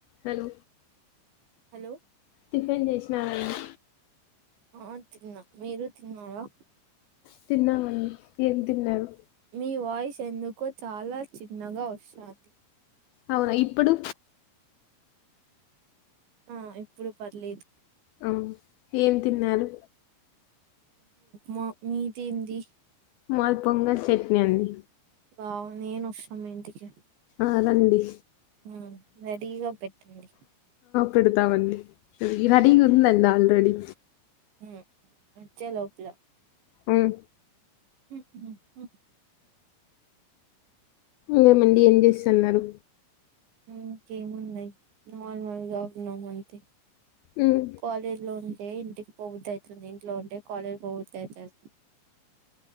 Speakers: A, on the left; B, on the right.
A: Hello
B: hello
A: tiffin చేసినారా అండి.
B: ఆ తిన్న. మీరు తిన్నారా
A: తిన్నామండి. ఏం తిన్నారు?
B: మీ వాయిస్ ఎందుకో చాలా చిన్నగా వస్తంది.
A: అవునా ఇప్పుడు
B: ఆ ఇప్పుడు పర్లేదు.
A: ఆ ఏం తిన్నారు.
B: మా మీది ఏంది?
A: మాద్ పొంగల్ చట్నీ అండి.
B: వావ్ నేనొస్తా మీ ఇంటికి
A: ఆ రండి.
B: మ్ రెడీగా పెట్టండి
A: పెడ్తామండి. ఈ రెడీగుందండి హాల్లో రెడీ
B: మ్ వచ్చా లోపల
A: ఉమ్
B: ఉమ్, ఉమ్, ఉమ్,
A: ఏ మండి ఏం చేస్తన్నరు.
B: ఇంకేమున్నయి నార్మల్గా ఉన్నాం అంతే
A: ఉమ్
B: కాలేజ్లో ఉంటే ఇంటిక్ పోబుద్దయితుంది. ఇంట్లో ఉంటే కాలేజ్ పోబుద్దయితాంది.